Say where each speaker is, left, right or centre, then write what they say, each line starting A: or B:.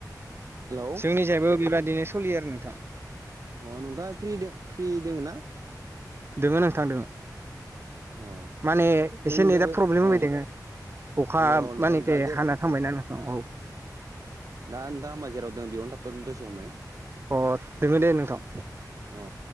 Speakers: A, on the right; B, on the right.
A: हेलौ
B: जोंनिजायबो बेबादिनो सलियो आरो नोंथां।
A: अ नोंथाङा फ्रि दो फ्रि दोङो ना?
B: दोङो नोंथां दोङो
A: अ
B: माने
A: जोंनि
B: एसे
A: जाबाय
B: नेदा प्रब्लेम
A: औ
B: होबाय दोङो। अखा
A: अ नोंथां
B: मानेखे
A: दा जे
B: हाना थांबायना नोंथां, औ।
A: दा नोंथाङा होमबा जेराव दं बेयावनो थाथ'दो दसे हमय।
B: अ दोङो दे नोंथां।
A: अ।